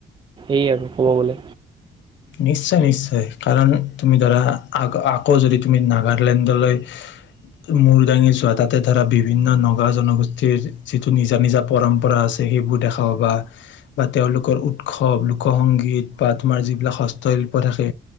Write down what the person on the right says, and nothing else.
এই আৰু ক'ব গলে।